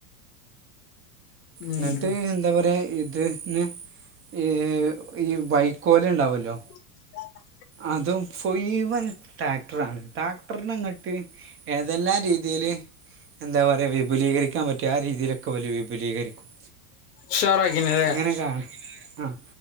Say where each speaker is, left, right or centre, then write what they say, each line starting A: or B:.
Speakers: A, on the left; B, on the right.
A: ഉം
B: എന്നിട്ട് എന്താ പറയാ ഇതിന്ന് ഈ ഈ വൈക്കോല് ഉണ്ടാവല്ലോ
A: <unintelligible>
B: അതും ഫുയ് വൻ ട്രാക്ടറാണ് ട്രാക്ടറിനെ ഇ ങ്ങട്ട് ഏതെല്ലാം രീതില് എന്താ പറയ വിപുലീകരിക്കാൻ പറ്റും ആ രീതിയിലൊക്കെ ഇവല് വിപുലീകരിക്കും
A: ഉഷാറാക്കിനല്ലേ
B: ഇങ്ങനെക്കാ ആ